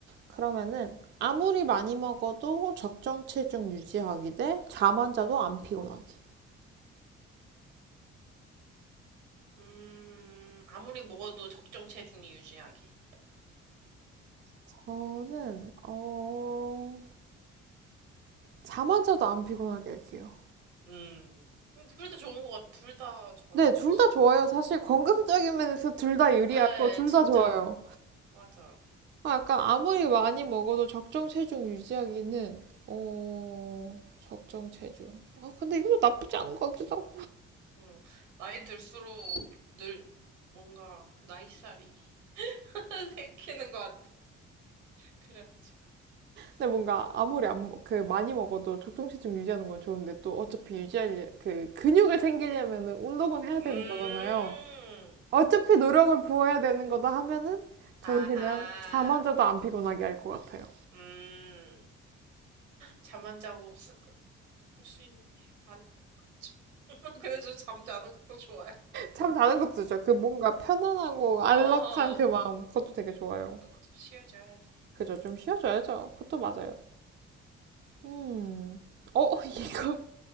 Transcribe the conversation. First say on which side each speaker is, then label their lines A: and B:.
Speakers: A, on the right; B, on the right.
A: 그러면은 아무리 많이 먹어도 적정 체중 유지하기 대 잠안 자도 안 피곤하기.
B: 음, 아무리 먹어도 적정 체중이 유지하기.
A: 저는, 어, 잠 안 자도 안 피곤하게 할게요.
B: 음. 음, 둘다 좋은 것 같아. 둘 다 좋아요,
A: 네, 둘
B: 사실.
A: 다 좋아요. 사실 건강적인 면에서 둘 다 유리하고
B: 네,
A: 둘
B: 진짜.
A: 다 좋아요.
B: 맞아.
A: 아, 약간 아무리 많이 먹어도 적정 체중 유지하기는 어 적정 체중. 아, 근데 이것도 나쁘지 않은 것 같기도 하고.
B: 응. 나이 들수록 늘 뭔가 나이살이 <laughs> 생기는 것 같아. 그래가지고.
A: 근데 뭔가 아무리 안, 먹- 그 많이 먹어도 적정 체중 유지하는 건 좋은데 또 어차피 유지할 그 근육을 생기려면은 운동은 해야
B: 음.
A: 되는 거잖아요. 어차피 노력을 부어야 되는 거다 하면은 저는
B: 아하.
A: 그냥 잠만 자도 안 피곤하게 할 것 같아요.
B: 음. 잠 안 자고 할 수 있는 일 많. <laughs> 근데 좀 잠자는 것도 좋아요.
A: 참 다른 것도 좋죠. 그 뭔가 편안하고 안락한
B: 어. 어,
A: 그 마음, 그것도 되게 좋아요.
B: 좀 쉬어줘야지.
A: 그죠? 좀 쉬어줘야죠. 그것도 맞아요. 음, 어, <laughs> 이거